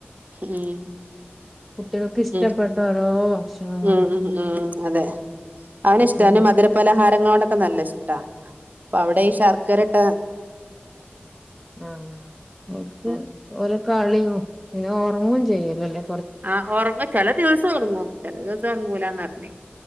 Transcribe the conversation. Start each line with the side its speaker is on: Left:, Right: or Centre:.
Right: ഉം
Centre: കുട്ടികൾക്ക് ഇഷ്ടപ്പെട്ട
Right: ഉം
Centre: ഓരോ ഭക്ഷണങ്ങള്
Right: ഉം ഉ ഉം അതെ അവന്
Centre: അപ്പൊ
Right: ഇഷ്ട അവന് മധുരപലഹാരങ്ങളോടൊക്കെ നല്ല ഇഷ്ട അപ്പൊ അവിടെ ഈ ശർക്കരട്ട
Centre: ആ ഓല്ക്ക്
Right: ഉം
Centre: ഓലെക്കളിയും പിന്നെ ഒറുങ്ങും ചെയ്യല്ലല്ലേ
Right: ആ ഒറങ്ങും ചില ദിവസം ഒറങ്ങും ചെല ദിവസം ഉറങ്ങൂലന്നറ്ഞ്ഞ്